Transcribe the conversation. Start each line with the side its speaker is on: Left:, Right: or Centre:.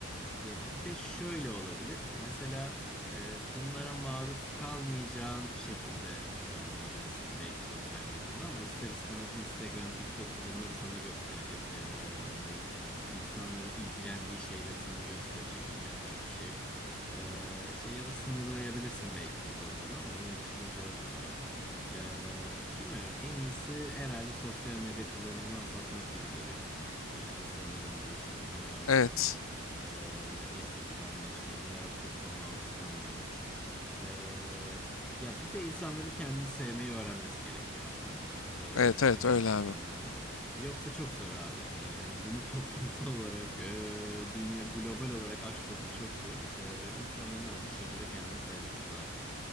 Centre: ya bir de şöyle olabilir. Mesela e, bunlara maruz kalmayacağın şekilde düzenleyebilirsin belki sosyal medyanı ama ister istemez Instagram, TikTok onları sana gösterecek. Ee, hani İnsanların ilgilendiği şeyleri sana gösterecek. Ona yapacak bir şey yok. Ee, işte ya da sınırlayabilirsin belki kullanımını ama onun dışında zor gibi abi. Ee, bilmiyorum en iyisi herhalde sosyal medya kullanımını azaltmak gibi geliyor bana. Ee, insanların bu işte onay arzusunu,
Left: Evet.
Centre: e, estetik anlayışına bunlara çok da maruz kalmamak için. Ee, ya bir de insanların kendini sevmeyi öğrenmesi gerekiyor abi bence. Ee,
Left: Evet
Centre: o
Left: evet
Centre: da gerçekten
Left: öyle abi.
Centre: önemli. Yoksa çok zor abi. Ee, hani bunu <laughs> toplumsal olarak, e, dünya global olarak aşmamız çok zor. Ee, insanların abi bir şekilde kendini sevmesi lazım.